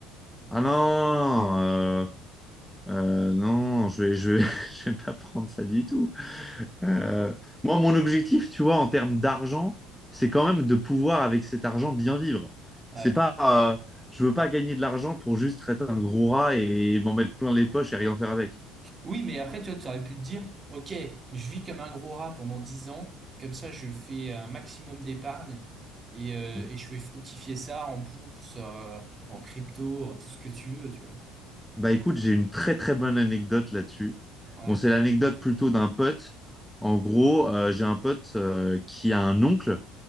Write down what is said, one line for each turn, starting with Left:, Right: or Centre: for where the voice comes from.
Centre: Ah non, euh, euh, non, je vais, je vais, <laughs> je vais pas prendre ça du tout. Euh, moi, mon objectif, tu vois, en termes d'argent, c'est quand même de pouvoir, avec cet argent, bien vivre.
Right: Ouais.
Centre: C'est pas, euh, je veux pas gagner de l'argent pour juste être un gros rat et m'en mettre plein les poches et rien faire avec.
Right: Oui, mais après, tu vois, tu aurais pu te dire, ok, je vis comme un gros rat pendant 10 ans, comme ça je fais un maximum d'épargne et, euh,
Centre: Mm.
Right: et je vais fructifier ça en bourse, euh, en crypto, en tout ce que tu veux, tu vois.
Centre: Bah écoute, j'ai une très très bonne anecdote là-dessus.
Right: Ouais,
Centre: Bon, c'est l'anecdote plutôt d'un pote. En gros, euh, j'ai un pote euh, qui a un oncle